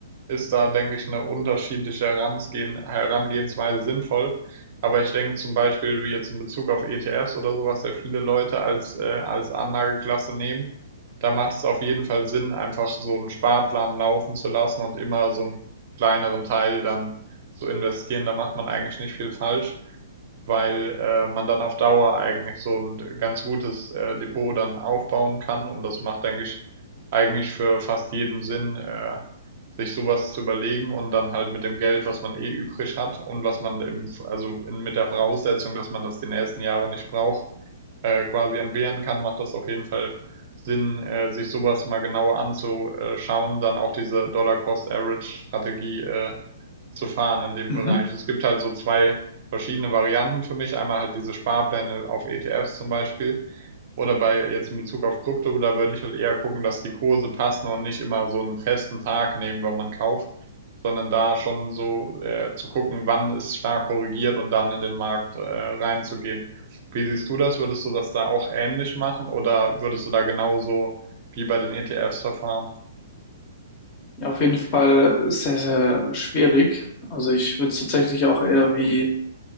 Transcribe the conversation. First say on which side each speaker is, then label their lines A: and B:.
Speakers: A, on the right; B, on the left.
A: ist da, denke ich, eine unterschiedliche Herangehen, Herangehensweise sinnvoll. Aber ich denke zum Beispiel wie jetzt in Bezug auf ETFs oder sowas, ja viele Leute als, äh, als Anlageklasse nehmen, da macht es auf jeden Fall Sinn, einfach so einen Sparplan laufen zu lassen und immer so einen kleineren Teil dann zu investieren. Da macht man eigentlich nicht viel falsch, weil äh, man dann auf Dauer eigentlich so ein ganz gutes äh, Depot dann aufbauen kann. Und das macht, denke ich, eigentlich für fast jeden Sinn, äh, sich sowas zu überlegen und dann halt mit dem Geld, was man eh übrig hat und was man eben, also in, mit der Voraussetzung, dass man das die nächsten Jahre nicht braucht, äh, quasi entbehren kann, macht das auf jeden Fall Sinn, äh, sich sowas mal genauer anzuschauen, dann auch diese Dollar-Cost-Average-Strategie äh, zu fahren in dem
B: Mhm.
A: Bereich. Es gibt halt so zwei verschiedene Varianten für mich. Einmal halt diese Sparpläne auf ETFs zum Beispiel oder bei jetzt in Bezug auf Krypto, da würde ich halt eher gucken, dass die Kurse passen und nicht immer so einen festen Tag nehmen, wenn man kauft, sondern da schon so, äh, zu gucken, wann ist stark korrigiert und dann in den Markt, äh, reinzugehen. Wie siehst du das? Würdest du das da auch ähnlich machen oder würdest du da genauso wie bei den ETFs verfahren?
B: Ja, auf jeden Fall sehr, sehr schwierig. Also ich würde es tatsächlich auch eher wie